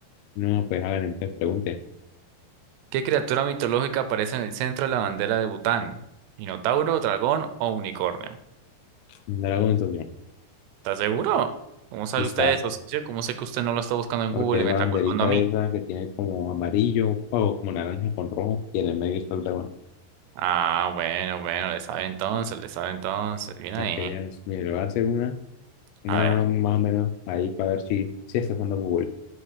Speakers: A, on the left (about 85°); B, on the right (about 80°).
A: No, pues a ver, entonces pregunte.
B: ¿Qué criatura mitológica aparece en el centro de la bandera de Bután? ¿Minotauro, dragón o unicornio?
A: Dragon Social.
B: ¿Estás seguro? ¿Cómo sabe
A: Y está,
B: usted eso, socio? ¿Cómo sé que usted no lo está buscando en
A: porque
B: Google y
A: la
B: me está
A: banderita
B: culpando a mí?
A: esa que tiene como amarillo o como naranja con rojo, y en el medio está el dragón.
B: Ah, bueno, bueno, le sabe entonces, le sabe entonces. Bien
A: Para
B: ahí.
A: que veas, mire, le voy a hacer una, una
B: A ver,
A: más o menos ahí para ver si, si está usando Google.